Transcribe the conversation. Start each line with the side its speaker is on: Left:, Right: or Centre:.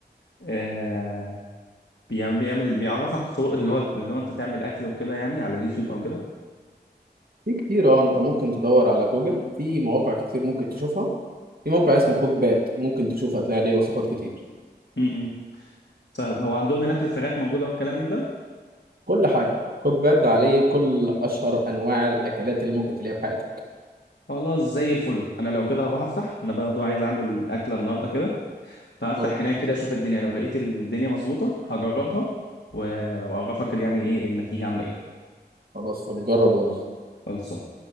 Left: آه بيعمل بيعمل بيعرفك طرق اللي هو اللي هو انت تعمل اكل وكده يعني على اليوتيوب او كده
Right: في كتير اه أنت ممكن تدور على جوجل في مواقع كتير ممكن تشوفها في موقع اسمه كوك بات ممكن تشوف هتلاقي عليه وصفات كتير
Left: امم طيب هو عندهم هناك الفراخ موجوده والكلام من ده
Right: كل حاجة كوك باد عليه كل أشهر أنواع الأكلات اللي ممكن تلاقيها في حياتك
Left: خلاص زي الفل انا لو كده هروح افتح انا برضه عايز اعمل اكله النهارده كده فهفتح
Right: قول
Left: هناك كده اشوف الدنيا لو لقيت الدنيا مظبوطه هجربها و- واعرفك يعني ايه النتيجه عامله ايه
Right: خلاص طب جرب وقول لي.
Left: خلصان